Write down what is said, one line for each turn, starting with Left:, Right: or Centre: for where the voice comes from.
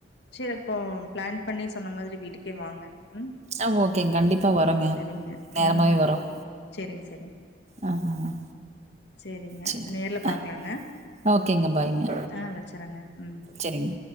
Left: சரி அப்போ பிளான் பண்ணி சொன்ன மாதிரி வீட்டுக்கே வாங்க ம்
Right: ஆ ஓகேங்க கண்டிப்பா வரோங்க
Left: சேரிங்க
Right: நேரமாவே
Left: ம்
Right: வரும்
Left: சேரிங்க சேரிங்க
Right: ஆஹ்
Left: சேரிங்க
Right: சரி
Left: நேர்ல
Right: ஆ
Left: பாக்கலாங்க
Right: ஓகேங்க பாய்ங்க
Left: ஆ வச்சறேங்க ம்
Right: செரிங்க